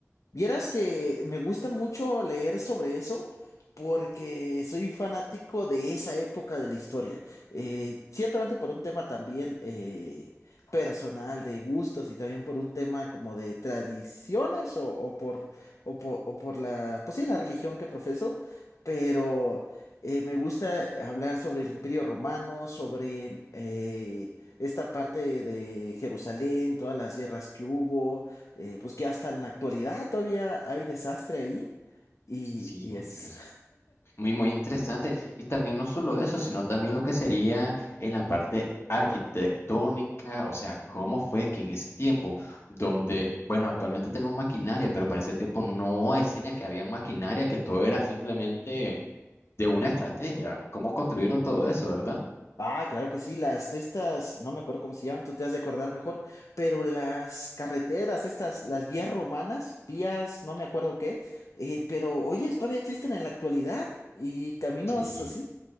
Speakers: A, on the left; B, on the left.
A: Vieras que me gusta mucho leer sobre eso porque soy fanático de esa época de la historia. Eh, ciertamente por un tema también eh, personal de gustos y también por un tema como de tradiciones o, o por, o por, o por la, pues sí, la religión que profeso, pero eh, me gusta hablar sobre el Imperio Romano, sobre eh, esta parte de Jerusalén, todas las guerras que hubo eh, pues que hasta en la actualidad todavía hay desastre ahí. Y,
B: Sí,
A: y
B: muy
A: es.
B: interesante. Muy, muy interesante. Y también no solo eso, sino también lo que sería en la parte arquitectónica, o sea, cómo fue que en ese tiempo, donde, bueno, actualmente tenemos maquinaria, pero para ese tiempo no hay seña que había maquinaria, que todo era simplemente de una estrategia. ¿Cómo construyeron todo eso, verdad?
A: Ah, claro que sí, las de estas, no me acuerdo cómo se llaman, tú te has de acordar mejor, pero las carreteras, estas, las vías romanas, vías, no me acuerdo qué, eh, pero oye, todavía existen en la actualidad y caminos
B: Sí,
A: así.